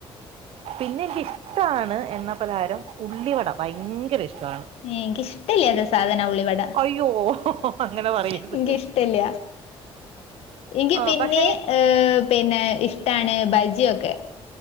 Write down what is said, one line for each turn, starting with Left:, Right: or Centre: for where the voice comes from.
Right: പിന്നെ എനിക്ക് ഇഷ്ടാണ് എണ്ണ പലഹാരം ഉള്ളിവട ഭയങ്കര ഇഷ്ടമാണ്
Left: എനിക്ക്ഇഷ്ടല്ലാത സാധന ഉള്ളി വട
Right: അയ്യോ അങ്ങനെ പറയരുത്
Left: എനക്ക് ഇഷ്ടല്ല എനിക്ക്
Right: ആ
Left: പിന്നെ
Right: പക്ഷെ
Left: ഏ പിന്നെ ഇഷ്ടാണ് ബജിയൊക്കെ